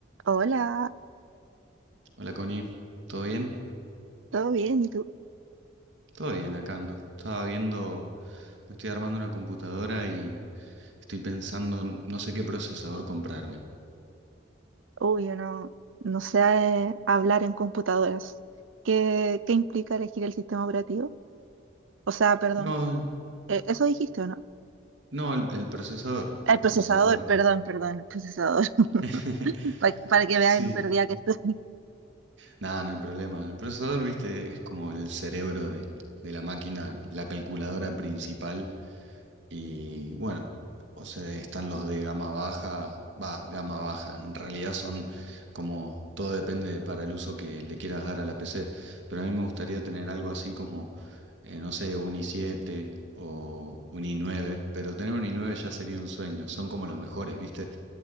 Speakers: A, on the right; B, on the right.
A: Hola,
B: Hola Connie, ¿todo bien?
A: ¿todo bien? ¿Y tú?
B: Todo bien, acá ando. Estaba viendo, me estoy armando una computadora y estoy pensando, en no sé qué procesador comprarme.
A: Uy, yo no, no sé eh, hablar en computadoras. ¿Qué, qué implica elegir el sistema operativo? O sea, perdón,
B: No,
A: eh, eso dijiste, ¿o no?
B: no, el, el procesador,
A: El
B: el
A: procesador,
B: procesador.
A: perdón, perdón, el procesador. <laughs>
B: <laughs>
A: Para, para que
B: Sí,
A: veas lo perdida que estoy. <laughs>
B: nada, no hay problema. El procesador, viste, es como el cerebro de, de la máquina, la calculadora principal. Y bueno, o sea, están los de gama baja, va, gama baja. En realidad son como, todo depende de- para el uso que le quieras dar a la PC. Pero a mí me gustaría tener algo así como, eh, no sé, un i siete o un i nueve Pero tener un i nueve ya sería un sueño. Son como los mejores, ¿viste?